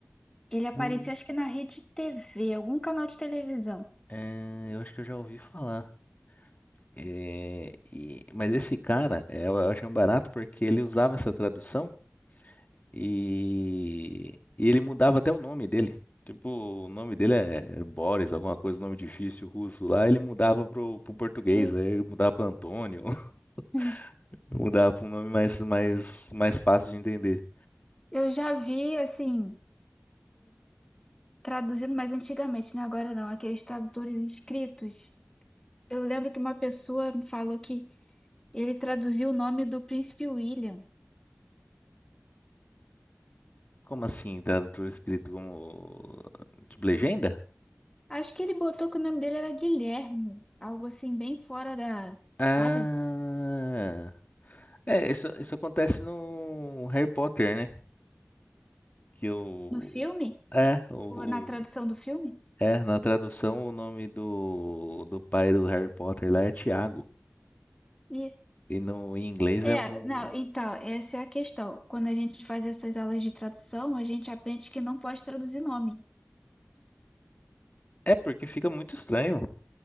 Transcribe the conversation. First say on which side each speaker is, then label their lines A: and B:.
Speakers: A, on the left; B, on the left.
A: Ele apareceu,
B: Hum.
A: acho que na rede TV, algum canal de televisão.
B: É, eu acho que eu já ouvi falar. É, e- mas esse cara, é, eu achei um barato porque ele usava essa tradução e, e ele mudava até o nome dele. Tipo, o nome dele é é Boris, alguma coisa, nome difícil russo lá. Ele mudava pro, pro português,
A: E
B: aí mudava pra Antônio, <laughs>
A: <laughs>
B: mudava pra um nome mais, mais, mais fácil de entender.
A: eu já vi, assim, traduzindo, mas antigamente, né? Agora não, aqueles tradutores inscritos. Eu lembro que uma pessoa falou que ele traduziu o nome do príncipe William.
B: Como assim? Tá tudo escrito como tipo legenda?
A: Acho que ele botou que o nome dele era Guilherme, algo assim bem fora da,
B: Ah,
A: sabe?
B: é, isso, isso acontece no Harry Potter, né? Que o
A: No filme,
B: é, o,
A: ou na tradução
B: o-
A: do filme.
B: é, na tradução o nome do do pai do Harry Potter lá é Tiago.
A: E
B: E no em inglês
A: é,
B: é algum
A: não, então, essa é a questão. Quando a gente faz essas aulas de tradução, a gente aprende que não pode traduzir nome.
B: É porque fica muito estranho.